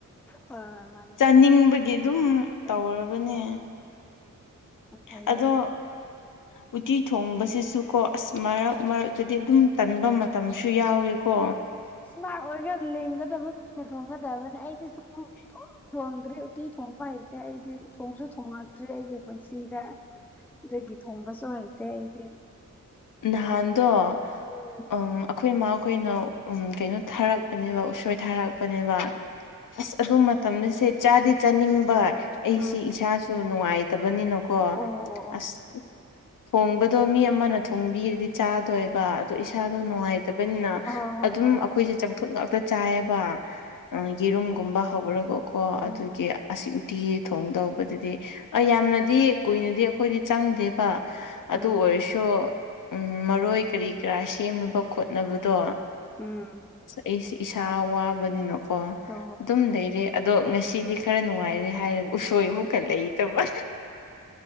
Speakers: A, in the centre; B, on the left.
A: ꯍꯣꯏ ꯃꯥꯅꯦ
B: ꯆꯥꯅꯤꯡꯕꯒꯤ ꯑꯗꯨꯝ
A: ꯑꯥ
B: ꯇꯧꯔꯕꯅꯦ
A: ꯌꯥꯝ ꯐꯩꯌꯦ
B: ꯑꯗꯣ
A: ꯑꯗꯨꯗꯤ
B: ꯎꯠꯇꯤ ꯊꯣꯡꯕꯁꯤꯁꯨꯀꯣ ꯑꯁ ꯃꯔꯛ ꯃꯔꯛꯇꯗꯤ ꯑꯗꯨꯝ ꯇꯟꯕ ꯃꯇꯝꯁꯨ ꯌꯥꯎꯋꯦꯀꯣ
A: ꯏꯁꯃꯥ꯭ꯔꯠ ꯑꯣꯏꯒ ꯂꯦꯡꯒꯗꯕ ꯃꯤꯅ ꯊꯣꯡꯒꯗꯕꯅꯤ ꯑꯩꯗꯤ ꯁꯨꯡ ꯊꯣꯡ ꯊꯣꯡꯗ꯭ꯔꯤ ꯇꯤ ꯊꫭꯡꯕ ꯍꯩꯇꯦ ꯑꯩꯗꯤ ꯊꯣꯡꯁꯨ ꯊꯣꯉꯛꯇ꯭ꯔꯦ ꯑꯩꯒꯤ ꯄꯨꯟꯁꯤꯗ ꯗꯨꯒꯤ ꯊꯣꯡꯕꯁꯨ ꯍꯩꯇꯦ ꯑꯩꯗꯤ
B: ꯅꯥꯍꯥꯟꯗꯣ
A: ꯎꯝ
B: ꯑꯩꯈꯣꯏ ꯃꯥꯈꯣꯏꯅ ꯎꯝ ꯀꯩꯅꯣ ꯊꯥꯔꯛꯄꯅꯦꯕ ꯎꯁꯣꯏ ꯊꯥꯔꯛ ꯄꯅꯦꯕ ꯑꯁ ꯑꯗꯨ ꯃꯇꯝꯗ ꯁꯦ ꯆꯥꯗꯤ ꯆꯥꯅꯤꯡꯕ ꯑꯩꯁꯤ
A: ꯎꯝ
B: ꯏꯁꯥꯁꯨ
A: ꯎꯝ
B: ꯅꯨꯡꯉꯥꯏꯇꯕꯅꯤꯅꯀꯣ
A: ꯑꯣ ꯑꯣ ꯑꯣ
B: ꯑꯁ ꯊꯣꯡꯕꯗꯣ ꯃꯤ ꯑꯃꯅ ꯊꯣꯡꯕꯤꯔꯗꯤ ꯆꯥꯗꯣꯏꯕ ꯑꯗꯣ ꯏꯁꯥꯗꯣ ꯅꯨꯡꯉꯥꯏꯇꯕꯅꯤꯅ
A: ꯑ ꯍꯣ
B: ꯑꯗꯨꯝ
A: ꯍꯣꯏ
B: ꯑꯩꯈꯣꯏꯁꯦ ꯆꯝꯐꯨꯠ ꯉꯥꯛꯇ ꯆꯥꯏꯑ‌ꯦꯕ ꯌꯦꯔꯨꯝꯒꯨꯝꯕ ꯍꯧꯔꯒꯀꯣ
A: ꯍꯣꯏ
B: ꯑꯗꯨꯒꯤ
A: ꯎꯝ ꯎꯝ
B: ꯑꯁꯤ ꯎꯇꯤ ꯊꯣꯡꯗꯧꯕꯗꯨꯗꯤ ꯑꯥ ꯌꯥꯝꯅꯗꯤ ꯀꯨꯏꯅꯗꯤ ꯑꯩꯈꯣꯏꯗꯤ ꯆꯪꯗꯦꯕ ꯑꯗꯨ
A: ꯎꯝ ꯎꯝ ꯎꯝ
B: ꯑꯣꯏꯔꯁꯨ ꯎꯝ ꯃꯔꯣꯏ ꯀꯔꯤ ꯀꯔꯥ ꯁꯦꯝꯅꯕ ꯈꯣꯠꯅꯕꯗꯣ
A: ꯎꯝ
B: ꯑꯩꯁꯦ ꯏꯁꯥ ꯋꯥꯕꯅꯤꯅꯀꯣ
A: ꯍꯣ
B: ꯗꯨꯝ ꯂꯩꯔꯦ ꯑꯗꯣ ꯉꯁꯤꯗꯤ ꯈꯔ ꯅꯨꯡꯉꯥꯏꯔꯦ ꯍꯥꯏꯔ ꯎꯁꯣꯏ
A: ꯍꯣ
B: ꯑꯃꯨꯛꯀ
A: ꯍꯣꯏ
B: ꯂꯩꯇꯕ